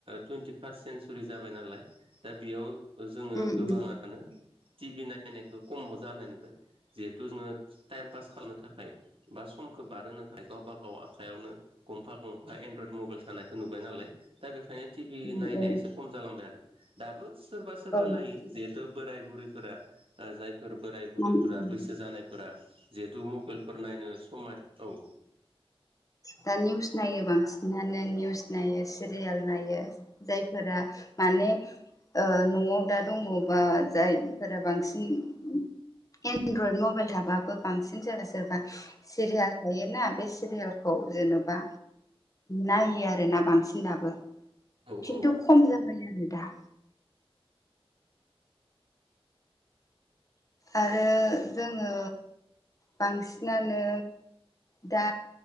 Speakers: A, on the right; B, on the left.
A: टुइन्टि फार्स्ट सेेनसुरि जाबाय नालाय। दा बेयाव जोङो
B: उम
A: गोबाङानो।
B: उम
A: टिभि नायनायखौ खमाव जानाय नुबाय जिहेथु जोङो टाइम पास खालामनो थाखाय बा समखौ बारोनो थाखायायो गावबा गाव आखायावयावनो गंफा गंफा एनड्रइद मबाइल थानाय। नुबाय नालाय दा बेखायनो टिभि
B: उम
A: नायनाया एसे खम जालांबाय आरो दाबो सोरबा सोरबा
B: औ
A: नायो जिहेथु बोराय बुरैफोरा जाय। फोर बोराय बुरैफोरा
B: औ औ
A: बैसो जानायफोरा जिहेथु मबाइलफोर नायनो समाय औ
B: दा निउस नायो बांसिनानो निउस नायो सिरियाल नायो जाय माने न'आव दा दङबा जायफोरा बांसिन। एनड्रयड मबाइल थाबाबो बांसिन सोरबा सोरबा सिरियाल थायोना बे सिरियाल खौ जेनेबा नायो आर ना बांसिन दाबो।
A: औ
B: खिन्थु
A: औ
B: खम जाबाय आरो दा। आरो जोङो बांसिनानो। दा